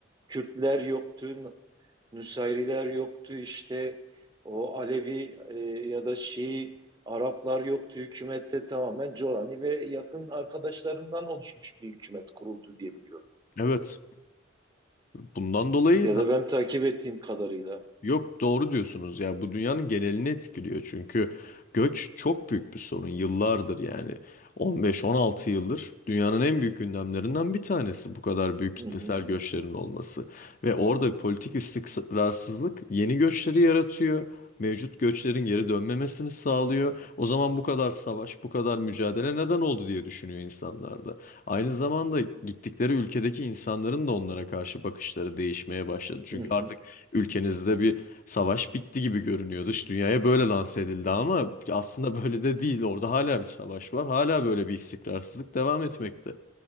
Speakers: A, on the right; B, on the left.
A: Kürtler yoktu, N- Nusayriler yoktu, işte o Alevi e, ya da Şii Araplar yoktu. Hükümette tamamen Colani ve yakın arkadaşlarından oluşmuş bir hükümet kuruldu diye biliyorum.
B: Evet. Bundan dolayı
A: Ya da ben takip ettiğim kadarıyla.
B: Yok doğru diyorsunuz ya bu dünyanın genelini etkiliyor çünkü göç çok büyük bir sorun yıllardır yani 15-16 yıldır dünyanın en büyük gündemlerinden bir tanesi bu kadar büyük kitlesel
A: Hı hı,
B: göçlerin olması ve orada politik istikrarsızlık yeni göçleri yaratıyor mevcut göçlerin geri dönmemesini sağlıyor o zaman bu kadar savaş bu kadar mücadele neden oldu diye düşünüyor insanlar da aynı zamanda gittikleri ülkedeki insanların da onlara karşı bakışları değişmeye başladı çünkü
A: hı hı,
B: artık ülkenizde bir savaş bitti gibi görünüyor. Dış dünyaya böyle lanse edildi ama aslında böyle de değil. Orada hala bir savaş var. Hala böyle bir istikrarsızlık devam etmekte.